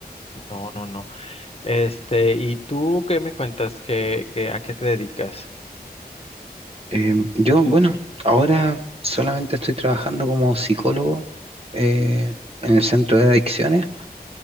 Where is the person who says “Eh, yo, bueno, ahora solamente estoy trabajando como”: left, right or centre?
Right